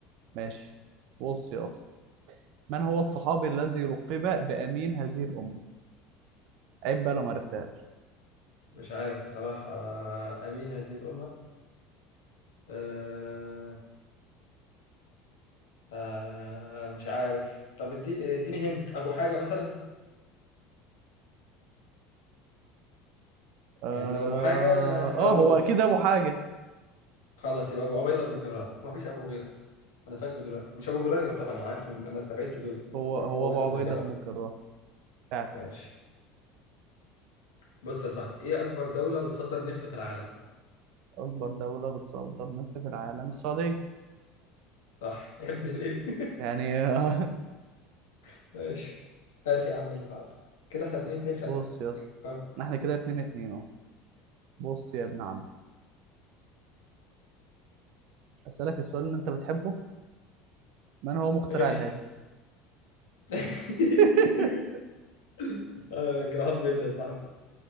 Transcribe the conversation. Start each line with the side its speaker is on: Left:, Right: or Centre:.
Right: ماشي بص يا اسطى من هو الصحابي الذي لقب بأمين هذه الأمة عيب بقى لو ما عرفتهاش
Left: مش عارف بصراحة آه، أمين هذه الأمة أه أه مش عارف طب إدي- اديني هنت أبو حاجة مثلا
Right: اه
Left: يعني لو أبو حاجة هقول
Right: آه، هو اكيد ابو حاجة
Left: خلاص يبقى أبو عبيدة بن الجراح مفيش أبو غيره أنا فاكره دلوقتي مش أبو هريرة طبعا أنا عارف إن أنا استبعدت دول بس
Right: هو
Left: أبو
Right: هو
Left: عبيدة
Right: ابو عبيدة
Left: بن الجراح
Right: بن الجراح فعلا
Left: ماشي بص يا صاحبي إيه أكبر دولة بتصدر نفط في العالم
Right: اكبر دولة بتصدر نفط في العالم السعودية
Left: صح <laughs> يا ابني ليه
Right: يعني آه،
Left: <laughs> ماشي هات يا عم اللي بعده كده احنا اتنين
Right: <laughs>
Left: اتنين خلي
Right: بص
Left: بالك
Right: يا اسطى
Left: حلو.
Right: احنا كده اتنين اتنين اهو بص يا ابن عم اسألك السؤال اللي انت بتحبه من هو مخترع
Left: ماشي
Right: الهاتف
Left: <laughs>
Right: <laughs>
Left: آه، جرام بيل يا صاحبي